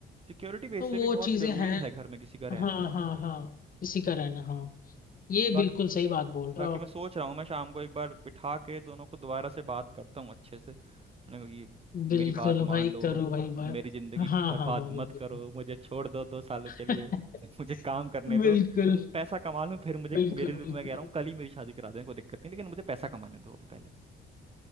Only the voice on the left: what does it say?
तो
वो
चीजें
हैं
हाँ
हाँ हाँ इसी का रहना हाँ ये
बिल्कुल सही बात बोल रहे
हो आप
बिल्कुल
भाई
करो भाई बात
हाँ हाँ
हाँ
बिल्कुल
<laughs>
बिल्कुल
बिल्कुल
बिल्कुल